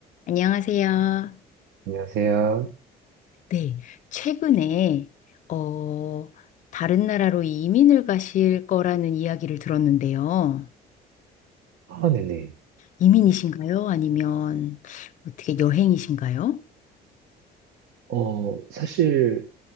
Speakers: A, on the left; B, on the right.
A: 안녕하세요.
B: 안녕하세요.
A: 네, 최근에 어, 다른 나라로 이민을 가실 거라는 이야기를 들었는데요.
B: 아, 네네.
A: 이민이신가요? 아니면 어떻게 여행이신가요?
B: 어, 사실